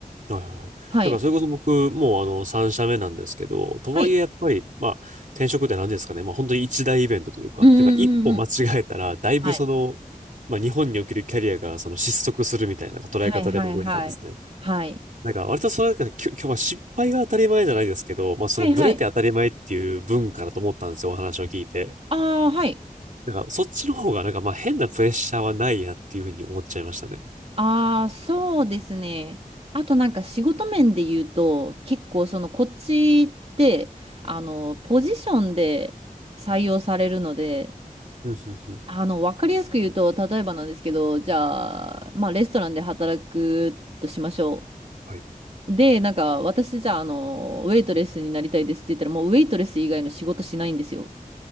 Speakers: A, on the right; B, on the right.
A: はいはいはい。
B: はい。
A: だからそれこそ僕、もうあの、3社目なんですけど、とはいえやっぱり、
B: はい。
A: まあ、転職って何ですかね、まあ本当に一大イベントというか、
B: うんうんうんうん。
A: だから一歩間違えたら、だいぶその、
B: はい
A: まあ日本におけるキャリアがその失速するみたいな捉え方で動いてたんですね。
B: はいはいはい。はい。
A: なんか割とそれなんきょ今日は失敗が当たり前じゃないですけど、まあそのブレて当たり前っていう文化だと思ったんですよ、
B: はいはい。
A: お話を聞いて。
B: ああ、はい。
A: なんかそっちの方がなんかまあ変なプレッシャーはないなっていうふうに思っちゃいましたね。
B: ああ、そうですね。あとなんか仕事面で言うと、結構そのこっちって、あの、ポジションで採用されるので、
A: うん、うん、うん。
B: あの、わかりやすく言うと、例えばなんですけど、じゃあ、まあ、レストランで働くとしましょ
A: はい。
B: う。で、なんか、私じゃあ、あの、ウェイトレスになりたいですって言ったら、もうウェイトレス以外の仕事しないんですよ。